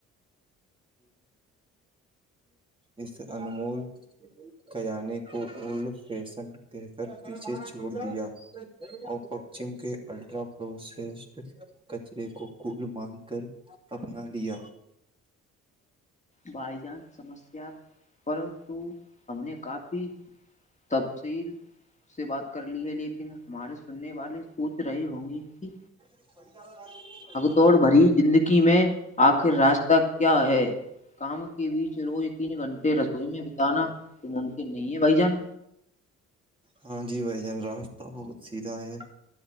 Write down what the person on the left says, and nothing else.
بائی جان سمسیا پرت ہم نے کافی تفصیل سے بات کر لی ہے لیکن ہمارے سننے والے سوچ رہی ہوں گی کہ
توڑ بھری زندگی میں آخر راستہ کیا ہے کام کے بیچ روز تین گھنٹے رسوئی میں بتانا تو ممکن نہیں ہے بھائی جان